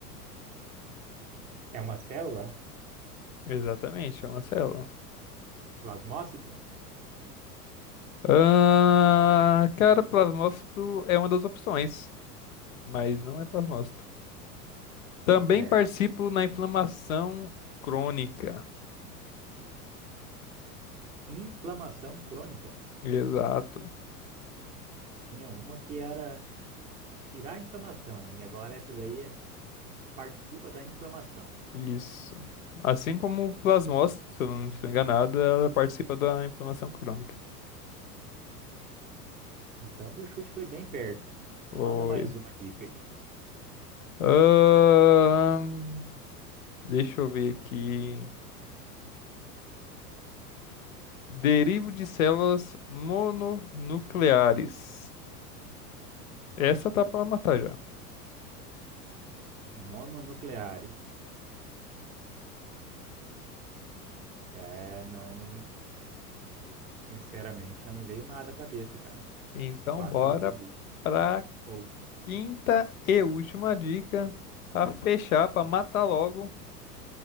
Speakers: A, on the right; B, on the left.
A: é uma célula?
B: Exatamente, é uma célula.
A: Plasmócito?
B: Ah, cara, plasmócito é uma das opções, mas não é plasmócito. Também
A: Certo.
B: participo na inflamação crônica.
A: Inflamação crônica.
B: Exato,
A: Tinha uma que era tirar a inflamação, e agora essa daí é, participa da inflamação.
B: isso. Assim como o plasmócito, se eu não estou enganado, ela participa da inflamação crônica.
A: Então, meu chute foi bem perto.
B: Foi
A: Manda mais uma dica aí.
B: Ahn, deixa eu ver aqui. Derivo de células mononucleares. Essa tá pra matar já.
A: Mononucleares. É, não. Sinceramente, não me veio nada à cabeça, cara.
B: Então,
A: Me passa
B: bora
A: outra dica.
B: pra
A: Ou
B: quinta e última dica. Pra fechar, pra matar logo.